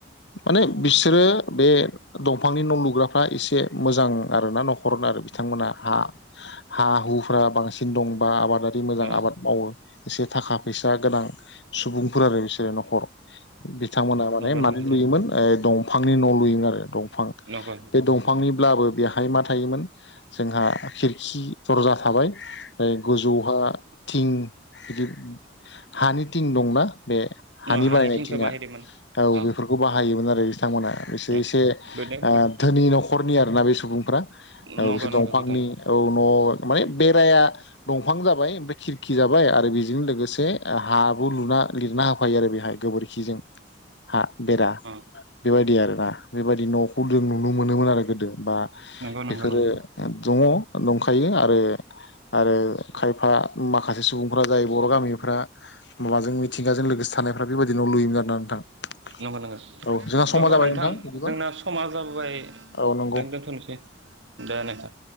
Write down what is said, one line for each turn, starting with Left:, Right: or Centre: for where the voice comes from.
Left: माने बिसोरो बे दंफांनि न' लुग्राफ्रा एसे मोजां आरोना नख' हरनो आरो बिथांमोना हा हा हुफ्रा बांसिन दं बा आबादारि मोजां
Right: औ
Left: आबाद मावो एसे थाखा फैसा गोनां सुबुंफोर आरो बिसोरो न'खर बिथांमोना माने
Right: नंगौ
Left: मानो
Right: नंगौ नोंथां
Left: लुयोमोन ओ दं दंफांनि न' लुयोमोन आरो दंफां
Right: नंगौ
Left: बे दंफांनिब्लाबो बेहाय मा थायोमोन जोंहा खिरखि दरजा थाबाय ओमफ्राय गोजौहा थिं बिदि हानि थिं दंना बे हानि
Right: ओं
Left: बारायनाय
Right: थिंखो
Left: थिंआ
Right: बाहायदोंमोन
Left: औ
Right: ओं
Left: बेफोरखौ बाहायोमोन आरो। बिथांमोना बिसोर
Right: ओं
Left: एसे
Right: बेनो
Left: ओ धोनि न'खरनि आरोना बे सुबुंफ्रा औ
Right: नंगौ
Left: बिसोर
Right: नंगौ
Left: दंफांनि
Right: नोंथां
Left: औ न' माने बेराया दंफां जाबाय ओमफ्राय खिरख खि जाबाय आरो बेजों लोगोसे हाबो लुना लिरना होफायो आरो बेहाय गोबोरखिजों। हा बेरा
Right: ओं
Left: बेबायदि आरोना बेबायदि न'खौ जों नुनो मोनोमोन आरो गोदो बा
Right: नंगौ नंगौ
Left: बेफोरो
Right: नंगौ
Left: दङ दंखायो आरो आरो खायफा माखासे सुबुंफ्रा जाय बर' गामिफ्रा माबाजों मिथिंगाजों लोगोसे थानायफ्रा बेबायदि न' लुयोमोन आरोना नोंथां।
Right: नंगौ नंगौ
Left: औ जोंहा समा
Right: माबा
Left: जाबाय
Right: नोंथां
Left: बिदिबा
Right: जोंना समा जाबोबाय ओ
Left: औ नंगौ
Right: दोनथ'नोसै दे नोंथां।